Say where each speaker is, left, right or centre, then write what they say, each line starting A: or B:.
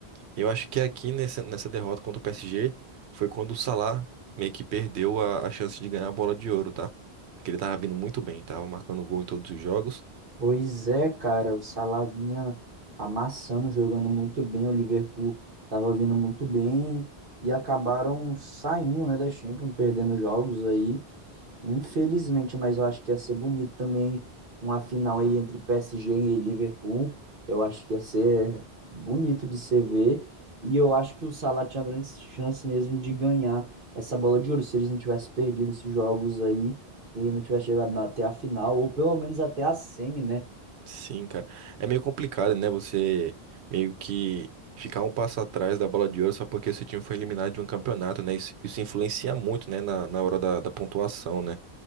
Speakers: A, on the right; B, on the right.
A: eu acho que aqui nessa, nessa derrota contra o PSG foi quando o Salah meio que perdeu a, a chance de ganhar a bola de ouro, tá? Porque ele tava vindo muito bem, tava marcando gol em todos os jogos.
B: Pois é, cara, o Salah vinha amassando, jogando muito bem, o Liverpool tava vindo muito bem e acabaram saindo, né, da Champions, perdendo jogos aí, infelizmente, mas eu acho que ia ser bonito também uma final aí entre PSG e Liverpool. Eu acho que ia ser bonito de se ver e eu acho que o Salah tinha grande chance mesmo de ganhar essa bola de ouro se eles não tivessem perdido esses jogos aí. E não tivesse chegado na- até a final, ou pelo menos até a semi, né?
A: Sim, cara. É meio complicado, né? Você meio que ficar um passo atrás da bola de ouro só porque seu time foi eliminado de um campeonato, né? Isso, isso influencia muito, né? Na, na hora da, da pontuação, né?